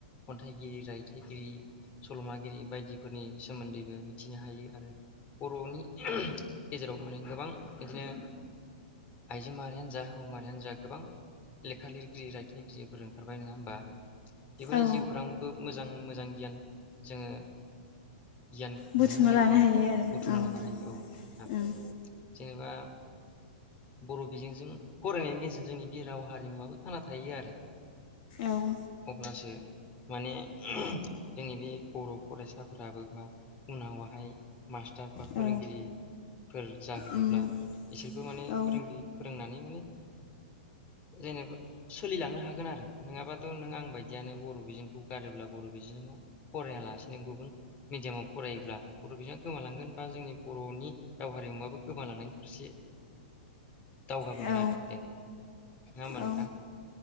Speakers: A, on the left; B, on the left.
A: खन्थाइगिरि रायथाइगिरि सल'मागिरि बायदिफोरनि सोमोन्दैबो मिथिनो हायो आरो बर'नि गेजेराव माने गोबां बिदिनो आइजो माहारियानो जा हौ माहायारियानो जा गोबां लेखा लिरगिरि रायथनिगिरिफोर ओंखारबाय नोङा होमबा बेफोरनि
B: औ
A: जिउखौरांबो मोजां मोजां गियान जोङो गियान
B: बुथुमना
A: मोननो हायो
B: लानो
A: आरो बुथुमना
B: ओं
A: लानो हायो औ नोंथां
B: ओं
A: जेनेबा बर' बिजोंजों फरायनायनि गेजेर जोंनि बे राव हारिमुवाबो थांना थायो आरो
B: औ
A: अब्लासो माने जोंनि बे बर' फरायसाफोराबो बा उनावाहाय मास टार बा फोरोंगिरि
B: औ
A: फोर जाहैयोब्ला
B: उम
A: इसोरबो माने
B: औ
A: फोरोंगिरि फोरोंनानै माने जेनेबा सोलिलांनो हागोन आरो नङाबाथ नों आं बायदियानो बर' बिजोंखौ गारोब्ला बर' बिजोंआव फरायालासेनो गुबुन मिडियामाव फरायोब्ला बर' बिजोङा गोमालांगोन बा जोंनि बर'नि राव हारिमुवाबो गोमालांनायनि फारसे दावगाबोगोन
B: औ
A: आरो जेनेबा नङा होमबा नोंथां
B: औ